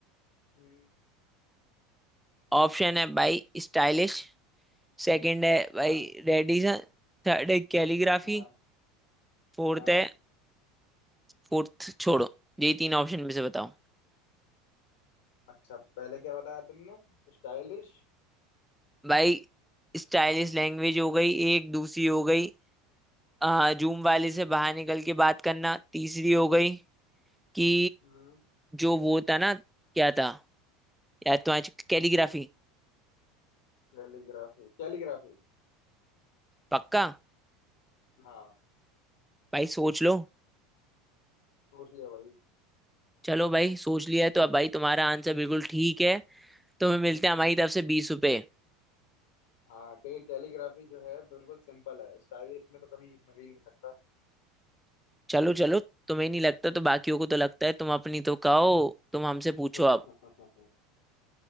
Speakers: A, on the left; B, in the centre.
A: हम्म
B: ऑप्शन है भाई स्टाइलिश सेकंड है
A: हाँ
B: भाई रेडिसन थर्ड है कैलीग्राफी
A: हाँ
B: फोर्थ
A: हाँ
B: है फोर्थ छोड़ो यही तीन ऑप्शन में से बताओ
A: अच्छा पहले क्या बताया तुमने स्टाइलिश
B: भाई स्टाइलिश लैंग्वेज हो गई एक दूसरी हो गई आ, जूम वाले से बाहर निकल के बात करना तीसरी हो गई कि
A: हम्म
B: जो वो था ना क्या था यार तुम्हारी कैलीग्राफी
A: Calligraphy calligraphy
B: पक्का
A: हाँ
B: भाई सोच लो
A: सोच लिया भाई
B: चलो भाई सोच लिया है तो अब भाई तुम्हारा आंसर बिल्कुल ठीक है तुम्हें मिलते हैं
A: हम्म
B: हमारी तरफ से बीस रुपए
A: हाँ क्योंकि कैलीग्राफी जो है बिल्कुल सिंपल है स्टाइलिश में तो कभी मिल ही नहीं सकता
B: चलो चलो तुम्हें नहीं लगता तो बाकियों को तो लगता है तुम अपनी तो खाओ तुम हमसे पूछो
A: <laughs>
B: अब